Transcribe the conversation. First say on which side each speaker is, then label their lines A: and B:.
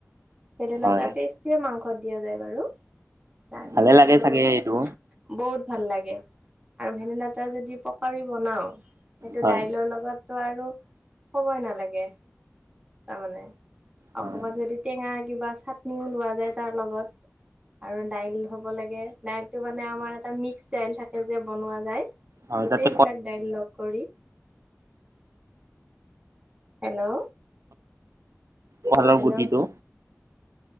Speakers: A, on the right; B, on the right.
A: ভেদলতাৰ
B: হয়
A: পেষ্ট সে মাংসত দিয়া যায় বাৰু তাৰপিছত
B: ভালে লাগে
A: আৰু।
B: চাগে এইটো
A: বহুত ভাল লাগে আৰু ভেদাইলতা এটা যদি পকৰী বনাও। সেইটো
B: হয়
A: দাইলৰ লগতটো আৰু কবই নালাগে তাৰমানে।
B: হয়
A: অকমান যদি টেঙা কিবা চাটনিও লোৱা যায় তাৰ লগত। আৰু দাইল হ'ব লাগে, দাইলটো মানে আমাৰ এটা মিক্স দাইল থাকে যে বনোৱা যায়।
B: হয়
A: গোটেইবিলাক
B: তাতে
A: দাইল লগ কৰি, হেল্ল',
B: ফলৰ
A: হেল্ল'
B: গুটিটো।